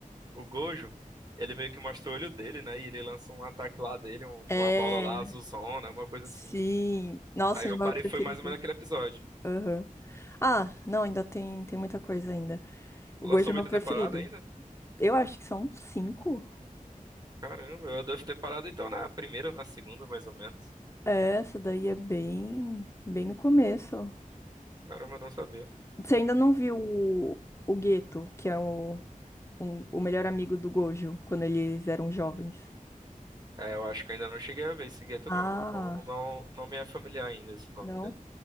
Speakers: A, on the right; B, on the left.
A: o Gojo. Ele meio que mostra o olho dele, né? E ele lança um ataque lá dele, um-
B: É,
A: uma bola lá, azulzona, alguma coisa
B: sim.
A: assim.
B: Nossa,
A: Aí eu
B: ele é meu
A: parei,
B: preferido.
A: foi mais ou menos aquele episódio.
B: Aham. Ah, não, ainda tem, tem muita coisa ainda. O
A: Lançou
B: Gojo é
A: muita
B: meu preferido.
A: temporada ainda?
B: Eu acho que são cinco.
A: Caramba, eu devo ter parado então na primeira ou na segunda, mais ou menos.
B: É, essa daí é bem, bem no começo.
A: Caramba, eu não sabia.
B: Você ainda não viu o, o Geto, que é o, um- o melhor amigo do Gojo, quando eles eram jovens?
A: É, eu acho que eu ainda não cheguei a ver esse gueto,
B: Ah,
A: não. Não, não, não, não me é familiar ainda esse nome
B: não?
A: dele.